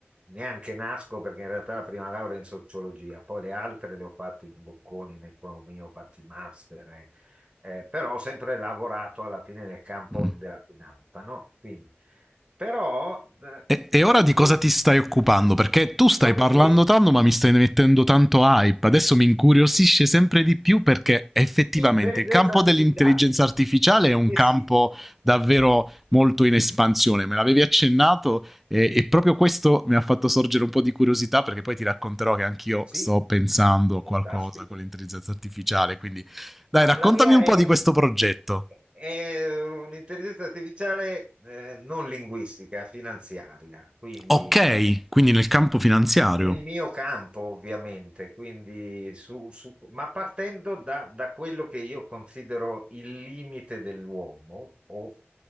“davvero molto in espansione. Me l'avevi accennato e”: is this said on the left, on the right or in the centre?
Centre